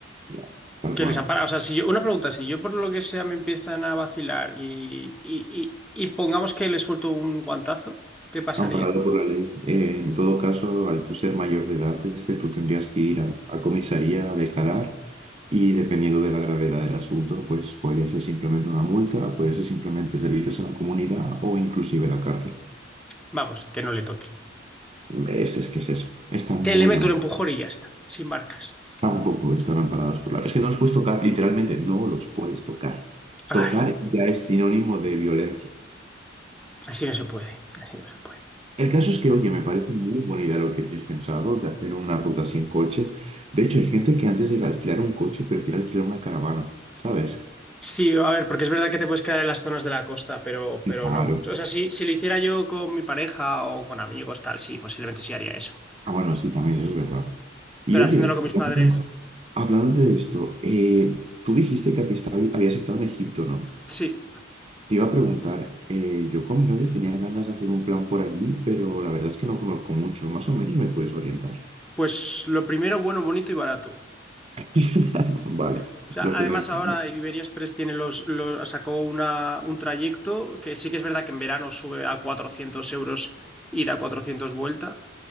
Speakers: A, on the right (about 30°); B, in the centre.
A: ya. Tal
B: Que
A: cual.
B: les ampara, O sea, si yo, una pregunta, si yo por lo que sea me empiezan a vacilar y, y, y, y pongamos que le suelto un guantazo, ¿qué pasaría?
A: amparado por la ley. Eh, en todo caso, al tú ser mayor de edad, este, tú tendrías que ir a, a comisaría a declarar y dependiendo de la gravedad del asunto, pues podría ser simplemente una multa, puede ser simplemente servicios a la comunidad o inclusive la cárcel.
B: Vamos, que no le toque.
A: Es, es que es eso. Están
B: Que
A: muy,
B: le meto
A: am-
B: un empujón y ya está, sin marcas.
A: tampoco están amparados por la ley. Es que no los puedes tocar, literalmente no los puedes tocar.
B: Ay,
A: Tocar ya es sinónimo de violencia.
B: así no se puede, así no se puede.
A: El caso es que, oye, me parece muy buena idea lo que tienes pensado de hacer una ruta así en coche. De hecho, hay gente que antes de alquilar un coche prefiere alquilar una caravana, ¿sabes?
B: Sí, a ver, porque es verdad que te puedes quedar en las zonas de la costa, pero,
A: Sí,
B: pero
A: Claro.
B: no. O sea, si, si lo hiciera yo con mi pareja o con amigos, tal, sí, posiblemente sí haría eso.
A: Ah, bueno, sí, también eso es verdad. Y
B: Pero
A: oye,
B: haciéndolo con mis
A: hablando,
B: padres,
A: hablando de esto, eh, tú dijiste que habías estado habías estado en Egipto, ¿no?
B: sí.
A: Te iba a preguntar, eh, yo con mi novio tenía ganas de hacer un plan por allí, pero la verdad es que no conozco mucho. Más o menos me puedes orientar.
B: Pues lo primero, bueno, bonito y barato.
A: <laughs> Vale,
B: O sea,
A: lo
B: además
A: tendré en cuenta.
B: ahora Iberia Express tiene los, los- sacó una, un trayecto que sí que es verdad que en verano sube a 400 euros ida, 400 vuelta,